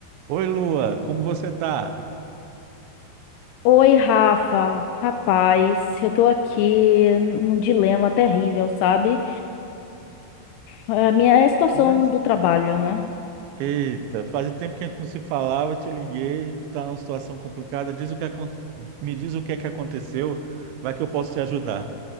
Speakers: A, on the right; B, on the left.
A: Oi, Lua, como você tá?
B: Oi, Rafa. Rapaz, eu tô aqui num dilema terrível, sabe? A minha
A: Poxa,
B: é a situação
A: mas
B: do trabalho, né?
A: eita, faz tempo que a gente não se falava, eu te liguei, tá numa situação complicada. Diz o que acon- me diz o que é que aconteceu, vai que eu posso te ajudar.